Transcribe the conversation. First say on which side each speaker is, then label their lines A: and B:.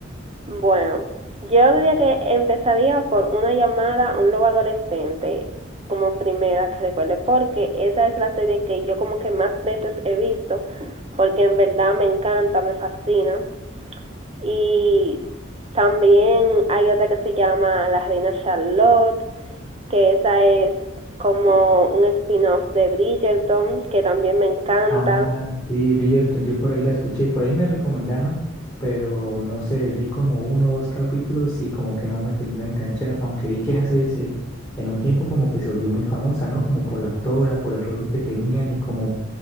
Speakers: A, on the right; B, on the left.
A: Bueno, yo diría que empezaría por una llamada a un lobo adolescente como primera que recuerde porque esa es la serie que yo como que más veces he visto porque en verdad me encanta, me fascina Y también hay otra que se llama La Reina Charlotte, que esa es como un spin-off de Bridgerton, que también me encanta.
B: Ah, sí, Bridgerton, yo por ahí la escuché, por ahí me recomendaron, pero no sé, vi como uno o dos capítulos y como que no me terminó de enganchar, aunque vi que esa serie se- en un tiempo como que se volvió muy famosa, ¿no? Como por la actora, por el rollo que tenían y como,